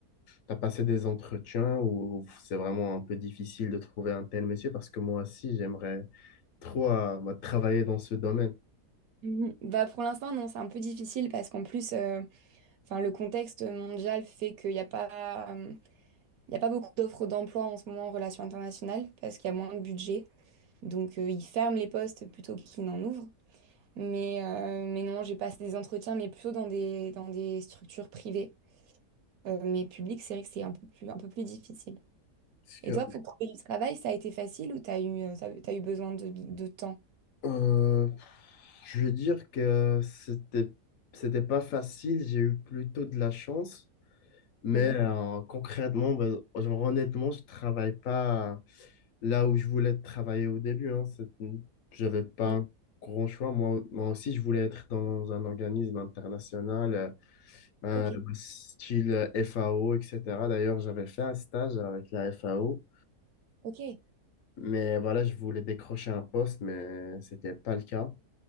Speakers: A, on the left; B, on the right.
A: tu as passé des entretiens où c'est vraiment un peu difficile de trouver un tel monsieur parce que moi aussi, j'aimerais trop euh, moi, travailler dans ce domaine.
B: Mhm. Bah pour l'instant, non, c'est un peu difficile parce qu'en plus, euh, enfin, le contexte mondial fait qu'il n'y a pas, euh, il y a pas beaucoup d'offres d'emploi en ce moment en relations internationales parce qu'il y a moins de budget. Donc, euh, ils ferment les postes plutôt qu'ils n'en ouvrent. Mais, euh, mais non, j'ai passé des entretiens, mais plutôt dans des, dans des structures privées. Euh, mais publiques, c'est vrai que c'est un peu plus, un peu plus difficile.
A: Parce que
B: Et toi, pour trouver du travail, ça a été facile ou t'as eu, euh, t'as, t'as eu besoin de, de temps?
A: Euh, je vais dire que c'était c'était pas facile, j'ai eu plutôt de la chance, mais
B: Mhm.
A: euh, concrètement, ben, genre, honnêtement, je travaille pas là où je voulais travailler au début, hein. C'est- J'avais pas
B: Mhm.
A: un grand choix. Moi, moi aussi, je voulais être dans un organisme international, euh, euh,
B: Ok,
A: style euh, FAO, etc. D'ailleurs, j'avais fait un stage avec la FAO,
B: ok.
A: mais voilà, je voulais décrocher un poste, mais c'était pas le cas.